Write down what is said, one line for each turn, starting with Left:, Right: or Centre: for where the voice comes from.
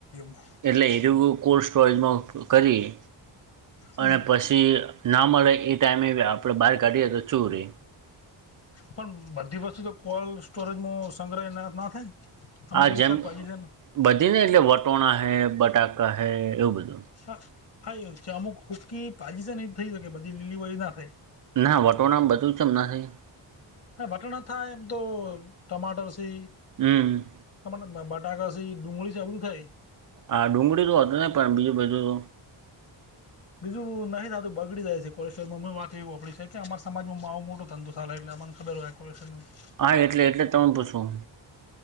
Left: <unintelligible>
Right: એટલે <inaudible> કોલ્ડ સ્ટોરેજમાં કરી
Left: હમ.
Right: અને પછી. એ ના મલે એ ટાઈમે આપણે બહાર કાઢીએ તો ચૂરી
Left: પણ બધી વસ્તુથી તો કોલ્ડ સ્ટોરેજમાં સંગ્રહ ના થાય. અમુક
Right: આ
Left: એવી
Right: જેમ
Left: શાકભાજી છે ને
Right: બધી ને એટલે વટોણા હૈ, બટાકા હૈ એવું બધું.
Left: હા હા એવું છે અમુક હૂકી ભાજી છે નહી થઈ શકે બધી લીલી ભાજી ના થાય.
Right: હા વટોણા <inaudible>
Left: હા વટોણા થાય એમ તો ટમાટર સે.
Right: હમ
Left: તમારા બટાકા સી ડુંગળી છે આ બધું થાય.
Right: હા ડુંગળી તો હતી ને પણ બીજું બાજુ.
Left: <inaudible> બીજું નહી થતું બગડી જાય છે <inaudible> વાત એવી આપડી છે કે અમારા સમાજમાં આવો મોટો ધંધો ચાલે એટલે. <unintelligible>
Right: હા એટલે એટલે તમને પૂછું.